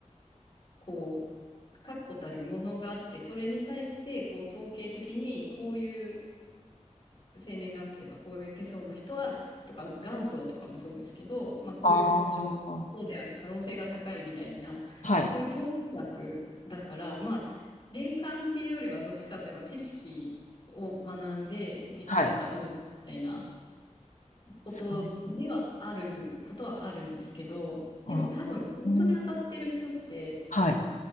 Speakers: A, on the left; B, on the left.
A: こう、確固たるものがあって、それに対してこう統計的にこういう生年月日とかこういう手相の人は、とか元祖とかもそうですけど、まあ、こういう特徴そうである可能性が高いみたいな、
B: ああ、はい、
A: そういう統計学だから、まあ、霊感っていうよりはどっちかといえば知識を学んでできるかどうかみたいな
B: はい。で
A: ことではあることはあるんですけど、
B: すかね。あ
A: でも多分本当に当たってる人って、
B: うんはい。